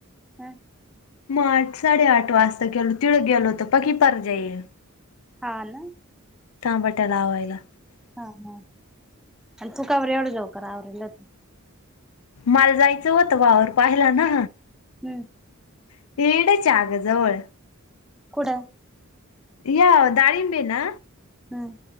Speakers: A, in the centre; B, on the left (about 75°).
A: काय.
B: मग आठ साडेआठ वाजता गेलो, तिडं गेलो होत पकी परजाईल.
A: हा ना.
B: टामबाट लावायला.
A: हा हा. आणि तू का बर एवढं लवकर आवरलं तू?
B: मला जायचं होत वावर पाहिला ना.
A: हम्म.
B: <unintelligible> च्या अगं जवळ.
A: कुठय?
B: या दाळिंबे ना
A: हं